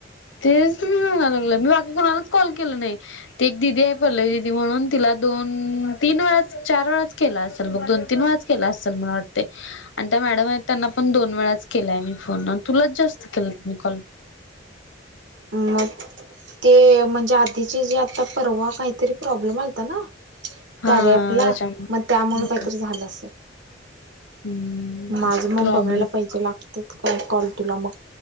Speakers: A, on the left; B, on the right.
A: तेच म्हणाय मी लागलं मी बाकी कोुणालाच कॉल केलं नाही ते एक दिदी आहे पलव्वीदीदी म्हणून तिला, दोन-तीन चार वेळाच केला असेल बघ, दोन-तीन वेळाच केला असेल मला वाटतंय आणि, मॅडम आहे त्यांना पण दोन वेळाच केलाय मी फोन तुला जास्त केला म कॉल.
B: मग ते म्हणजे आधीचे जे आता परवा काहीतरी प्रॉब्लेम आलता ना?
A: हा
B: कार्य ॲपला
A: त्याच्यामुळे
B: मग त्यामुळे काहीतरी झालं असलं.
A: हम्म
B: माझं मग
A: प्रॉब्लेम
B: बघायला पाहिजे लागतेत काय कॉल तुला मग?